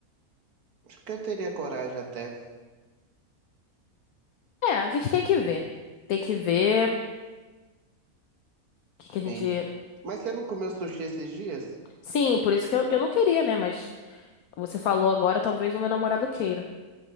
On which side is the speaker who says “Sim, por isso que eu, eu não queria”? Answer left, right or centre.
Left